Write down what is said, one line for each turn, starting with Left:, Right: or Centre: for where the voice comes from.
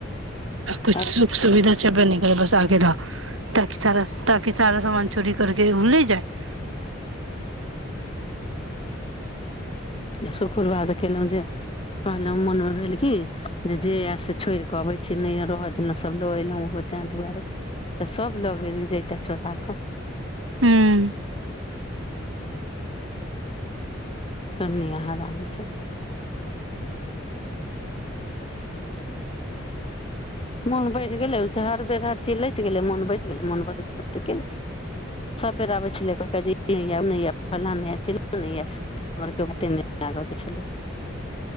Left: <unintelligible>
Right: किछु सुख सुविधा छेबे नहि करै बस आगे रह ताकि सारा ताकि सारा सामान चोरी करके ओ ले जाए
Left: य शकुरवाद केलहुं जे कहलहुं मोन मे भेल की जे आयल से छोड़ि कऽ अबैत छी नहि रहऽ देलहुँ सभ लऽ अयलहुँ ओहो ताहि दुआरे तऽ सब लग जैता चोराक
Right: हूं
Left: चोरनीया हरामी सब के मोन बढ़ि गेलै हर बेर हर चीज लैत गेलै मोन बढ़ि गेलै मोन बढ़ैते बढैते केलकै सभ बेर आबै छलै कहि क जे नई आयब नई आयब फलाँ नहि चिल्ला नहि हमरके ओते नहि लागके छलै <unintelligible>